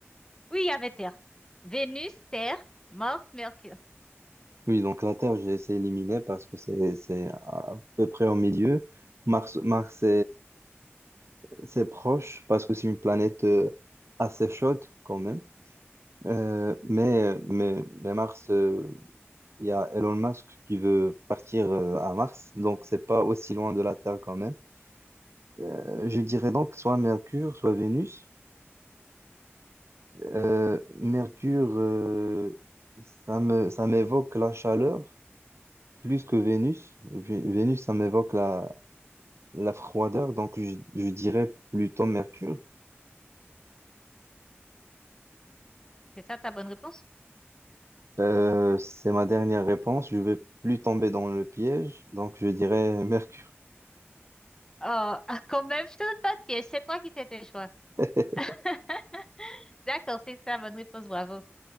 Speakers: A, on the left; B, on the right.
A: Oui, il y avait Terre. Vénus, Terre, Morse, Mercure.
B: Oui, donc la terre, j'ai essayé d'éliminer parce que c'est, c'est à peu près au milieu. Mars, Mars C'est proche parce que c'est une planète euh, assez chaude quand même. Euh, mais, mais, mais Mars, euh, il y a Elon Musk qui veut partir euh, à Mars, donc c'est pas aussi loin de la Terre quand même. Euh, je dirais donc soit Mercure, soit Vénus. Euh, Mercure, euh, ça me, ça m'évoque la chaleur plus que Vénus. Vé- Vénus, ça m'évoque la, la froideur, donc je, je dirais plutôt Mercure.
A: C'est ça ta bonne réponse?
B: Euh, c'est ma dernière réponse. Je vais plus tomber dans le piège, donc je dirais Mercure.
A: Oh, <laughs> ah, quand même, je te donne pas de piège. C'est toi qui fais tes choix.
B: <laughs>
A: <laughs> D'accord, c'est ça, bonne réponse, bravo.